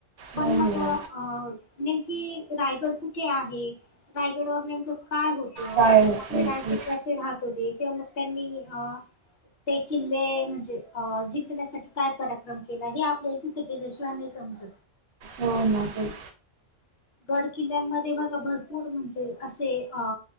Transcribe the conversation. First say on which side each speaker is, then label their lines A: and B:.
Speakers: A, on the left; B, on the right.
A: पण
B: हो हो
A: मग अ नेमकी रायगड कुठे आहे रायगडवर नेमकं काय होतं,
B: काय होते
A: आपले राजे कसे राहत होते तेव्हा मग त्यांनी अ ते किल्ले म्हणजे जिंकण्यासाठी काय पराक्रम केला हे आपल्याला <unintelligible> नाही समजत
B: हो ना <unintelligible>
A: गड किल्ल्यांमध्ये बघा भरपूर म्हणजे अशे अ